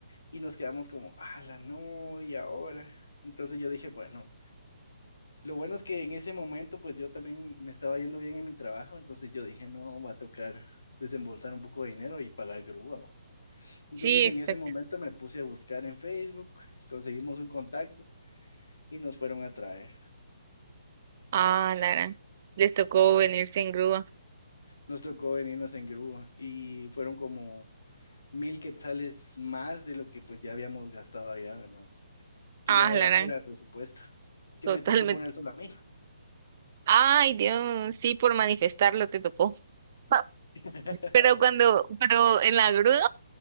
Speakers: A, on the left (about 85°); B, on the right (about 35°).
A: Y nos quedamos como, la no! ¿Y ahora? Entonces yo dije, bueno, lo bueno es que en ese momento pues yo también me estaba yendo bien en mi trabajo, entonces yo dije, no, va a tocar desembolsar un poco de dinero y pagar grúa. bo". Entonces
B: Sí, exacto.
A: en ese momento me puse a buscar en Facebook, conseguimos un contacto y nos fueron a traer.
B: a la gran, les tocó venirse en grúa.
A: Nos tocó venirnos en grúa y fueron como mil quetzales más de lo que pues ya habíamos gastado allá, ¿verdad? que
B: Ah,
A: ya era
B: la gran,
A: fuera de presupuesto, que
B: totalmente.
A: me tocó poner solo a mí.
B: Ay, Dios, sí, por manifestarlo te tocó. <laughs>
A: <laughs>
B: Pero cuando, pero en la grúa,